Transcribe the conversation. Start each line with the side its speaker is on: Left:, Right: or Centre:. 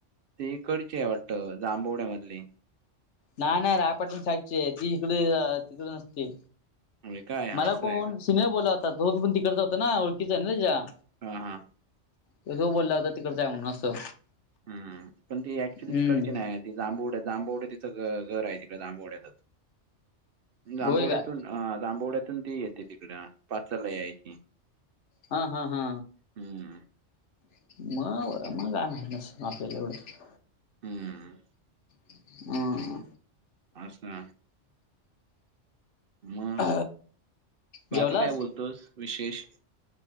Right: ते कडचे आहे वाटत जांभवड्यामधली.
Left: नाय नाय, रायपटण साईडची आहे ती इकडे तिथेच असते.
Right: होय काय
Left: मला
Right: असं
Left: कोण?
Right: आहे का
Left: तिने बोला होता, तो पण तिकडचा होता, ना ओळखीचा आहे ना तिच्या
Right: हा हा,
Left: तस, बोलला होता तिकडच आहे म्हणून असं,
Right: हम्म, पण ती ऍक्च्युली
Left: हम्म
Right: तिकडची नाही जांभवड्या, जांभवड तिथं घर आहे. तिकडे जांभवड्यातच जांभवड्यात
Left: होय काय
Right: पण, हा, जांबवड्यातून ती येते तिकड पाचला यायची.
Left: हा हा हा,
Right: हम्म,
Left: <unintelligible>
Right: हम्म,
Left: <unintelligible>
Right: असा मग,
Left: अ
Right: बाकी
Left: जेवलास
Right: काय बोलतोस विशेष